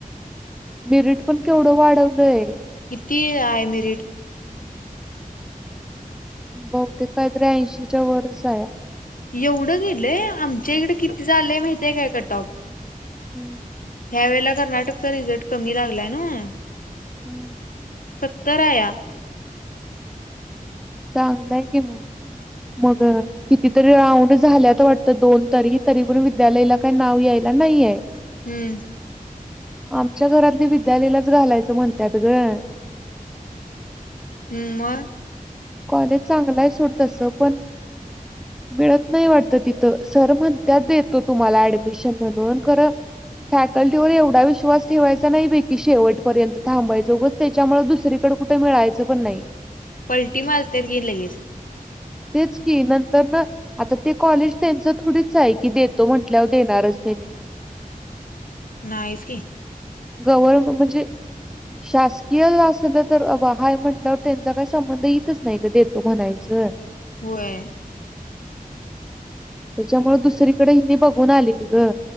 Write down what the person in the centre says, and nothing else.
मेरिट पण केवढं वाढवलय.
बहुतेक काहीतरी ऐंशीच्या वरचं आहे.
<inaudible>
<inaudible>
चांगलंय की मग, मग कितीतरी राऊंड झाल्यात वाटतं दोन तरी, तरी पण विद्यालयाला काही नाव यायला नाहीये.
आमच्या घरातली विद्यालयालाच घालायचं म्हणतात गं.
कॉलेज चांगला आहे सोड तस पण, मिळत नाही वाटत तिथं. सर म्हणत्यात देतो तुम्हाला ऍडमिशन म्हणून खरं. फॅकल्टीवर एवढा विश्वास ठेवायचा नाही बैकी शेवटपर्यंत थांबायच उगच त्याच्यामुळे दुसरीकडे कुठे मिळायचं पण नाही.
तेच की नंतरन आता ते कॉलेज त्यांच थोडीच आहे की, देतो म्हटल्यावर देणारच त्यांनी
गवर म्हणजे, शासकीय असल तर अब हाय म्हटल्यावर त्यांचा काय संबंध इतच नाही गं देतो म्हणायचं,
त्याच्यामुळे दुसरीकडे हिनी बघून आली त ग.